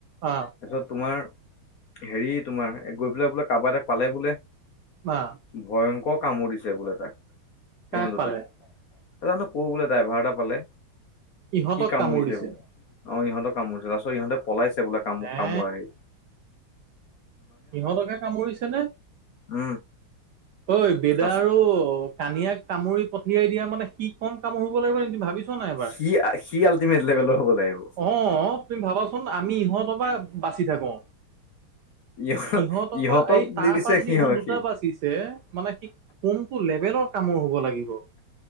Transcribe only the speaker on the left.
তাৰপিছত তোমাৰ হেৰি তোমাৰ গৈ পেলাই বোলে কাৰোবাৰ এ তাক পালে বোলে
ভয়ংকৰ কামোৰ দিছে বোলে তাক।
ইহঁত দুটাক
জানো ক বোলে ড্ৰাইভাৰ এটা পালে
কি কাম
কৰিছে
বোলে। অ, ইহতে কামুৰিছে তাৰপিছত ইহঁতে পলাইছে বোলে কাম
কামোৰা আহি।
উম
তাৰপাছত
সি সি আল্টিমেট লেভেলৰ হ'ব লাগিব
ইহ
ইহঁতক
দি দিছে
সিহঁত
সি